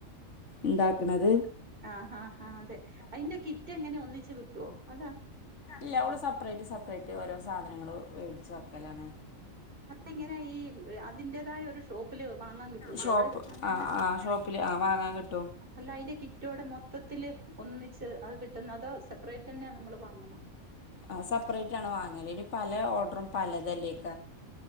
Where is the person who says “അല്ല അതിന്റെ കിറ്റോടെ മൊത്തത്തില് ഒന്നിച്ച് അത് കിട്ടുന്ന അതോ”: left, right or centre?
Right